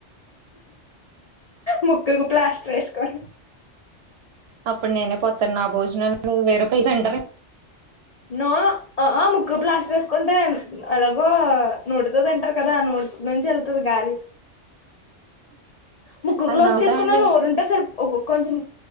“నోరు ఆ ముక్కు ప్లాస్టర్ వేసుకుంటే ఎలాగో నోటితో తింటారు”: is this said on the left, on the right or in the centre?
Left